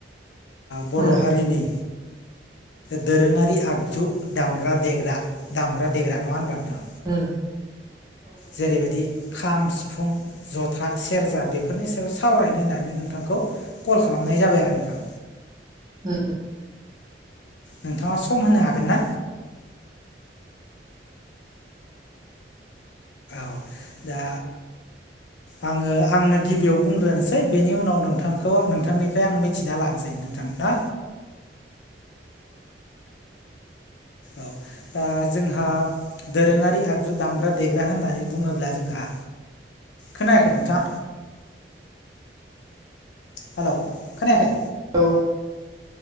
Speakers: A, on the left; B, on the right.
A: बर'
B: उम
A: हारिनि दोरोङारि आगजु दामग्रा दामग्रा देग्रा नङा होनब्ला नोंथां
B: ओम
A: जेरैबायदि खाम सिफुं जथा सेरजा बेफोरनि सायाव सावरायनो होन्नानै नोंथांखौ कल खालामनाय जाबाय आरो नोंथां
B: उम
A: नोंथाङा सम होनो हागोन ना औ दा आङो आंनो गिबियाव बुंग्रोनोसै बेनि उनाव नोंथांखौ नोंथांनिफ्राय आं मिथिना लानोसै नोंथां ना औ दा जोंहा दोरोङारि आगजु दामग्रा देग्रा होननानै बुङोब्ला जोंहा खोनायाखै नोंथां हेल' खोनायाखै
B: औ